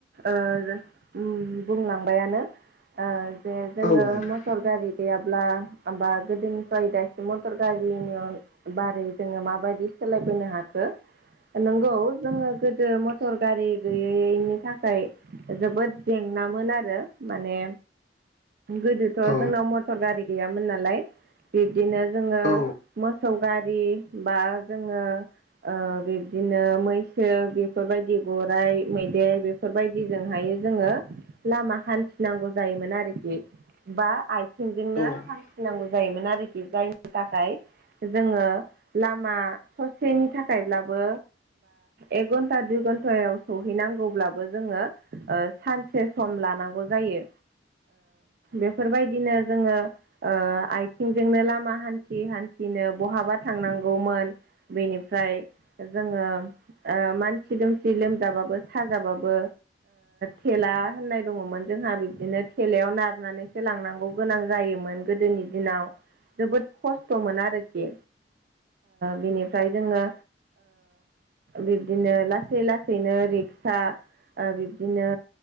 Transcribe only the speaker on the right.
उम बुंलांबायानो ओ जे जोङो
मटर गारि गैयाब्ला बा गोदोनिफ्राय दासिम मटर गारिनि बारै जोङो माबायदि सोलायबोनो हाखो नंगौ जोङो गोदो मटर गारि गैयैैनि थाखाय जोबोद जेंनामोन आरो माने गोदो थ'
जोंनाव मटर गारि गैयामोन नालाय बिब्दिनो जोङो
मोसौ गारि बा जोङो बिब्दिनो मैसो बेफोरबायदि गराइ मैदेर बेफोरबायदिजोंहायो जोङो लामा हान्थिनांगौ जायोमोन आरोखि बा आथिंजोंनो
नांगौ जायोमोन आरोखि जायनि थाखाय जोङो लामा सेनि थाखायब्लाबो एक घन्टा दुइ घन्टायाव सहैनांगौब्लाबो जोङो सानसे सम लानांगौ जायो बेफोरबायदिनो जोङो आथिंजोंनो लामा हान्थि हान्थिनो बहाबा थांनांगौमोन बेनिफ्राय जोङो मानसि दोमसि लोमजाबाबो साजाबाबो थेला होननाय दङमोन जोंहा बिब्दिनो थेलायाव नारनानैसो लांनांगौ गोनां जायोमोन गोदोनि दिनाव जोबोद खस्थ'मोन आरोखि बेनि ओमफ्राय जोङो बिब्दिनो लासै लासैनो रिक्सा आरो बिब्दिनो